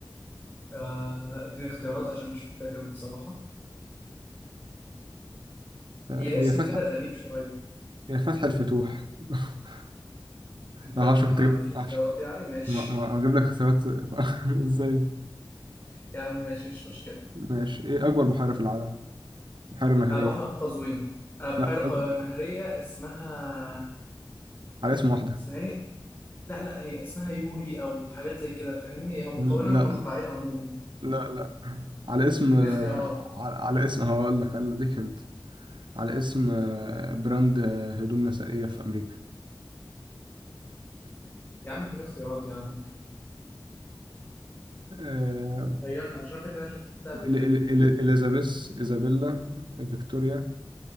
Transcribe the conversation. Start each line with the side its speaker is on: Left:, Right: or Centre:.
Left: آه، اديني اختيارات عشان مش فاكر بصراحة
Right: آه،
Left: هي
Right: هي
Left: اسم
Right: فتحة
Left: كده غريب شوية
Right: هي فتح الفتوح <laughs>
Left: انت
Right: ما اعرفش
Left: ما
Right: كنت اجيب
Left: فيش اختيارات
Right: معرفش.
Left: يعني ماشي
Right: ما ما- هجيب لك اختيارات <laughs> ازاي؟
Left: يا عم ماشي مش مشكلة
Right: ماشي ايه اكبر بحيرة في العالم؟ بحيرة نهرية
Left: آه بحر قزوين آه بحيرة
Right: لا
Left: ق-
Right: أكبر
Left: نهرية اسمها
Right: على اسم واحدة
Left: اسمها ايه؟ لا لا هي اسمها يوري او حاجات زي كده فاهمني هي مكونة
Right: لا
Left: من مقطعين عموما
Right: لا لا على اسم
Left: اديني اختيارات
Right: على على اسم هقول لك انا اديك انت على اسم آه، براند آه، هدوم نسائية في أمريكا
Left: يا عم اديني اختيارات يا عم
Right: آه،
Left: غيرنا عشان أنا فاكر إن انا شفتها
Right: ال-
Left: قبل كده
Right: ال- ال- إليزابيث إيزابيلا فيكتوريا